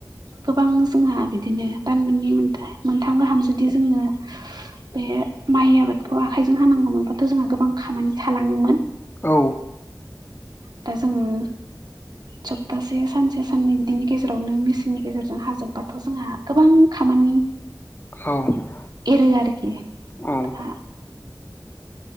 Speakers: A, on the right; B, on the left.
A: गोबां जोंहा बिदिनो दान मोननै मोनथ मोनथाम गाहाम जुदि जोङो। बे माइ आबादखौ आखाइजों हानांगौमोनब्लाथ' जोंहा गोबां खामानि थालाङोमोन।
B: औ
A: दा जोंङो सप्तासे सानसे साननै बिदिनि गेजेरावनो मेसेनि गेजेरजों हाजोबबाथ' जोंहा गोबां खामानि
B: औ
A: एरो आरोखि जोंहा
B: औ औ।